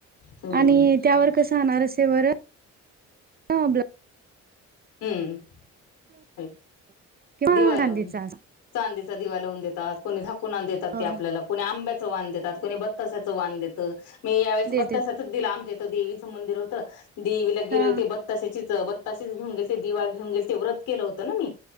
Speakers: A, on the left; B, on the right.
A: हम्म
B: आणि त्यावर कस होणारे वर ह बला.
A: हम्म
B: किंवा
A: दिवा
B: चांदीचा
A: लावून चांदी. दिवा लावून देतात कोणी झाकून देतात
B: हो
A: ते आपल्याला को आंब्या आंब्याचा वाण तर कोणी बतासे चा वाण देतात मी यावर्षी
B: देते
A: भत्त्याचा वाण दिला. देवीचं मंदिर होत देवीला गेले
B: हा
A: होते बताशेच बताेऊ गे. दि घेऊन गे वत के होत म